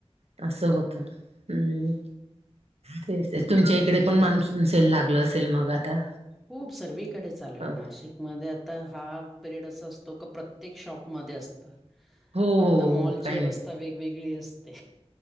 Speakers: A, on the right; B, in the centre.
A: तं होत हम् तेच तेच तुमच्या इकडे
B: तर
A: पण
B: त्याच्या
A: माणस तेेल लागलं असेल मग आता
B: खूप सर्वीकडे चालू आहे
A: हो
B: नाशिक मध्ये आता हा पिरियड असं असतो क प्रत्येक शॉप मध्ये असत
A: हो
B: फक्त मॉलची
A: काही नाही
B: अवस्था वेगवेगळी असते